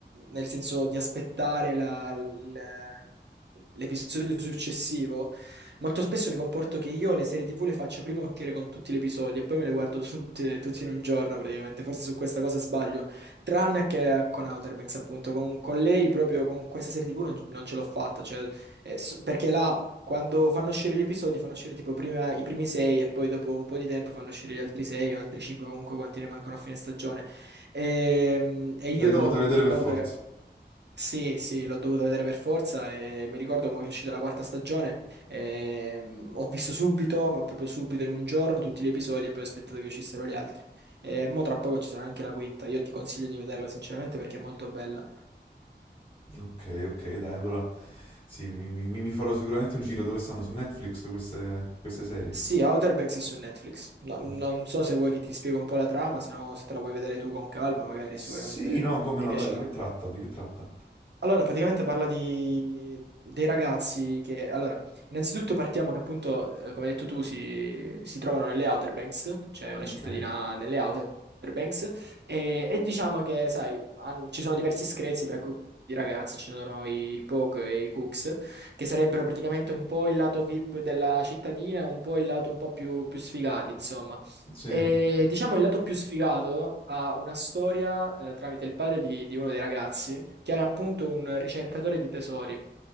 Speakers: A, on the right; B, on the left.
A: nel senso di aspettare la- l- l'episodio successivo, molto spesso mi comporto che io le serie TV le faccio prima uscire con tutti gli episodi e poi me le guardo <laughs> tutte, tutti in un giorno praticamente. Forse su questa cosa sbaglio, tranne che con Outer Banks, appunto, con, con lei proprio con questa serie TV non, non ce l'ho fatta, cioè, eh, s- perché là. Quando fanno uscire gli episodi, fanno uscire tipo prima i primi sei e poi dopo un po' di tempo fanno uscire gli altri sei o altri cinque, comunque quanti ne mancano a fine stagione. E, e io
B: L'hai dovuta
A: mi
B: vedere
A: ricordo
B: per forza.
A: che sì, sì, l'ho dovuta vedere per forza e mi ricordo mo che è uscita la quarta stagione. e, ho visto subito, ma proprio subito in un giorno, tutti gli episodi e poi ho aspettato che uscissero gli altri. E mo tra poco ci sarà anche la quinta. Io ti consiglio di vederla sinceramente perché è molto bella.
B: Ok, ok, dai, allora... Sì, mi, mi- mi farò sicuramente un giro dove stanno su Netflix queste, queste serie.
A: Sì, Outer Banks è su Netflix. No, non
B: Ok.
A: so se vuoi che ti spiego un po' la trama, se no se te la vuoi vedere tu con calma, magari
B: Sì,
A: sicuramente
B: no, come
A: ti
B: no,
A: piacerà.
B: dai, di che tratta? Di che tratta?
A: Allora, praticamente parla di, dei ragazzi che, allora, innanzitutto partiamo che appunto, eh, come hai detto tu, si, si trovano nelle Outer Banks, cioè una
B: Ok.
A: cittadina nelle Outer Banks, e, e diciamo che, sai, han- ci sono diversi screzi tra gruppi di ragazzi, ci sono i Pogue e i Cooks, che sarebbero praticamente un po' il lato VIP della cittadina, un po' il lato un po' più, più sfigati, insomma.
B: Sì.
A: E diciamo il lato più sfigato ha una storia eh, tramite il padre di, di uno dei ragazzi, che era appunto un ricercatore di tesori.